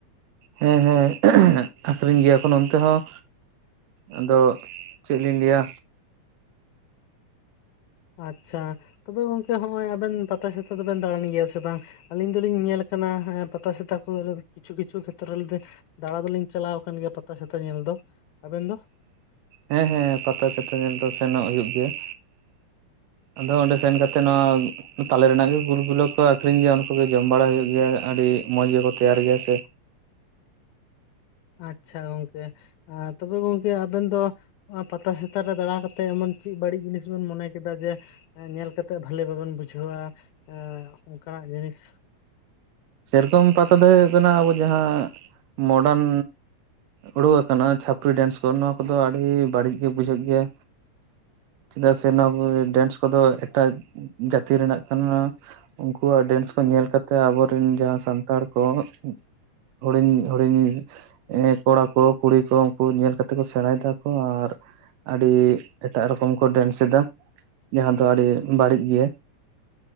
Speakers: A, on the right (about 75°); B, on the left (about 90°).
A: ᱦᱮᱸ ᱦᱮᱸ ᱟᱠᱷᱨᱤᱧ ᱜᱮᱭᱟ ᱠᱚ ᱱᱚᱱ ᱛᱮ ᱦᱚᱸ। ᱟᱫᱚ ᱪᱮᱫ ᱞᱤᱧ ᱞᱟᱹᱭᱟ!
B: ᱟᱪᱪᱷᱟ ᱛᱚᱵᱮ ᱜᱚᱝᱠᱮ ᱦᱚᱸᱜᱼᱚᱭ ᱟᱵᱮᱱ ᱯᱟᱛᱟ ᱥᱮᱛᱟ ᱫᱚᱵᱮᱱ ᱫᱟᱬᱟᱱ ᱜᱮᱭᱟ ᱥᱮ ᱵᱟᱝ? ᱟᱞᱤᱧ ᱫᱚᱞᱤᱧ ᱧᱮᱞ ᱠᱟᱱᱟ ᱯᱟᱛᱟ ᱥᱮᱛᱟ ᱠᱚᱨᱮ ᱠᱤᱪᱷᱩ ᱠᱤᱪᱷᱩ ᱠᱷᱮᱛᱨᱮ ᱨᱮᱫᱚᱼᱼ ᱫᱟᱬᱟ ᱫᱚᱞᱤᱧ ᱪᱟᱞᱟᱣ ᱠᱟᱱ ᱜᱮᱭᱟ ᱯᱟᱛᱟ ᱪᱷᱟᱛᱟ ᱧᱮᱞ ᱫᱚ ᱟᱵᱮᱱ ᱫᱚ?
A: ᱦᱮᱸ ᱦᱮᱸ ᱯᱟᱛᱟ ᱪᱟᱛᱟ ᱧᱮᱞ ᱫᱚ ᱥᱮᱱᱚᱜ ᱦᱩᱭᱩᱜ ᱜᱮᱭᱟ। ᱟᱫᱚ ᱚᱸᱰᱮ ᱥᱮᱱ ᱠᱟᱛᱮ ᱱᱚᱣᱟ ᱼᱼ ᱛᱟᱞᱮ ᱨᱮᱱᱟᱜ ᱜᱮ ᱜᱩᱞ ᱜᱩᱞᱟᱹ ᱠᱚ ᱟᱠᱷᱨᱤᱧ ᱜᱮᱭᱟ ᱚᱱᱟ ᱠᱚ ᱜᱮ ᱡᱚᱢ ᱵᱟᱲᱟ ᱦᱩᱭᱩᱜ ᱜᱮᱭᱟ ᱟᱹᱰᱤ ᱢᱚᱸᱡᱽ ᱜᱮᱠᱚ ᱛᱮᱭᱟᱨ ᱜᱮᱭᱟ ᱥᱮ।
B: ᱟᱪᱪᱷᱟ ᱜᱚᱝᱠᱮ ᱟ ᱛᱚᱵᱮ ᱜᱚᱝᱠᱮ ᱟᱵᱮᱱ ᱫᱚ ᱱᱚᱣᱟ ᱯᱟᱛᱟ ᱥᱮᱛᱟ ᱨᱮ ᱫᱟᱬᱟ ᱠᱟᱛᱮᱫ ᱮᱢᱚᱱ ᱪᱮᱫ ᱵᱟᱹᱲᱤᱡ ᱡᱤᱱᱤᱥ ᱵᱤᱱ ᱢᱚᱱᱮ ᱠᱮᱫᱟ ᱡᱮᱼᱼ ᱧᱮᱞ ᱠᱟᱛᱮᱜ ᱵᱷᱟᱞᱮ ᱵᱟᱵᱮᱱ ᱵᱩᱡᱷᱟᱹᱣᱟ ᱮ ᱚᱱᱠᱟᱱᱟᱜ ᱡᱤᱱᱤᱥ?
A: ᱥᱮᱨᱚᱠᱚᱢ ᱯᱟᱛᱟ ᱫᱚ ᱦᱩᱭᱩᱜ ᱠᱟᱱᱟ ᱟᱵᱚ ᱡᱟᱦᱟᱸ ᱢᱚᱰᱟᱱᱼᱼ ᱩᱰᱩᱠ ᱟᱠᱟᱱᱟ ᱪᱷᱟᱯᱨᱤ ᱰᱮᱱᱥ ᱠᱚ ᱱᱚᱣᱟ ᱠᱚᱫᱚ ᱟᱹᱰᱤ ᱵᱟᱹᱲᱤᱡ ᱜᱮ ᱵᱩᱡᱷᱟᱹᱜ ᱜᱮᱭᱟ। ᱪᱮᱫᱟᱜ ᱥᱮ ᱱᱚᱣᱟ ᱠᱚ ᱰᱮᱱᱥ ᱠᱚᱫᱚ ᱮᱴᱟᱜ ᱡᱟᱹᱛᱤ ᱨᱮᱱᱟᱜ ᱠᱟᱱᱟ। ᱩᱱᱠᱩᱣᱟᱜ ᱰᱮᱱᱥ ᱠᱚ ᱧᱮᱞ ᱠᱟᱛᱮ ᱟᱵᱚᱨᱮᱱ ᱡᱟᱦᱟᱸ ᱥᱟᱱᱛᱟᱲ ᱠᱚ ᱼᱼ ᱦᱩᱲᱤᱧ ᱦᱩᱲᱤᱧ ᱼᱼ ᱮ ᱠᱚᱲᱟ ᱠᱚ ᱠᱩᱲᱤ ᱠᱚ ᱩᱱᱠᱩ ᱧᱮᱞ ᱠᱟᱛᱮ ᱠᱚ ᱥᱮᱬᱟᱭ ᱫᱟᱠᱚ ᱟᱨ ᱼᱼ ᱟᱹᱰᱤ ᱮᱴᱟᱜ ᱨᱚᱠᱚᱢ ᱠᱚ ᱰᱮᱱᱥ ᱮᱫᱟ। ᱡᱟᱦᱟᱸ ᱫᱚ ᱟᱹᱰᱤ ᱵᱟᱹᱲᱤᱡ ᱜᱮᱭᱟ।